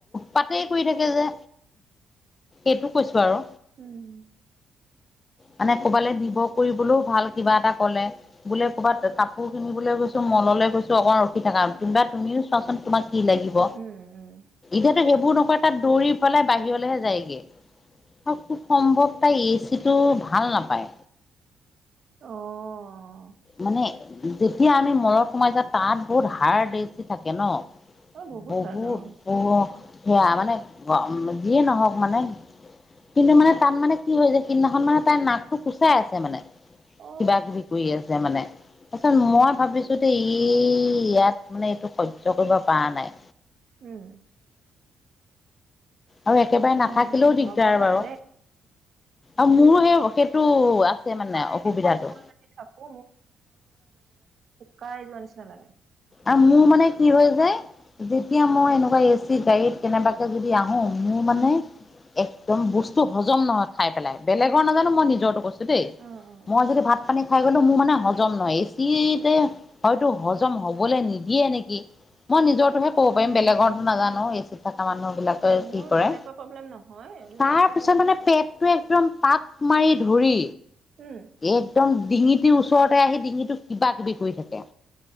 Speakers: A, on the left (about 30°); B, on the right (about 55°).
A: পাতে কৰি থাকে যে। এটো কৈছো আৰু।
B: উম।
A: মানে কবালৈ নিভ কৰিবলৈও ভাল কিবা এটা কলে, বোলে ক'ৰবাত কাপোৰ কিনিবলৈ গৈছো মললৈ গৈছো অকমান ৰখি থাকা। কোনোবাই তুমিও চোৱাচোন তুমি কি লাগিব।
B: উম উম
A: যাতু সেইবোৰ নকয় তাত দৌৰি পেলাই বাহিৰলৈহে যায়গে। খুব সম্ভৱ তাই এ চি টো ভাল নাপায়।
B: অহ।
A: মানে যেতিয়া আমি মৰৰত সোমাই যাওঁ তাত বহুত হাড়দ এছি থাকে ন?
B: অ
A: বহুত
B: হাৰ্ড অ
A: অহ সেয়া মানে গ যিয়ে নহওক মানে কিন্তু মানে তাত মানে কি হৈ যাই কেইদিনাখন মানে তাইৰ নাকটো কুচাই আছে মানে।
B: অ
A: কিবা-কিবি কৰি আ ছে মানে তাৰছত মই ভাবিছো দেই ই ইয়াত মানে এইটো হৈয্য কৰিব পৰা নাই।
B: উম।
A: আৰু একেবাৰে
B: উম
A: নাথাকিলেও দিগদাৰ
B: হ'ব পাৰে
A: বাৰু।
B: দেই
A: আও
B: হ'ব
A: মোৰো
B: পাৰে।
A: সেই সেইটো
B: মোৰ
A: আছে মানে অসুবিধাটো।
B: বেছি সময় যদি থাকো কাউ জোৱা নিচনালাগে।
A: আৰু মোৰ মানে কি হয় যে, যেতিয়া মই এনেকুৱা এচি গাড়ীত কেনেবা কে যদি আহো, মোৰ
B: উম
A: মানে। একদম বস্তু হজম নহয় খাই পেলাই বেলেগৰ নাজানো মই নিজৰতো কৈছো। ত দেই।
B: অ অ
A: মই যদি ভাত পানী খাই গলে মোৰ মানে হজম নহয়। এচিতে হয়তো হজম হ'ব বলে নিদিয়ে নেকি? মই নিজৰ টোহে ক'ব
B: উম
A: পাৰিম বেলেগতো
B: উম
A: নাজানো। থাকা মানহ বিলাকে
B: মোৰ
A: কি কৰে।
B: তেনেকুৱা প্ৰব্লেম নহয় মোৰ
A: তাৰ
B: খালি
A: পিছত মানে পেটতোৱে একদম পাক মাৰি ধৰি
B: উম
A: একদম ডিঙিটো ওচৰতে আহি ডিঙিটোক কিবা কিবি কৰি থাকে।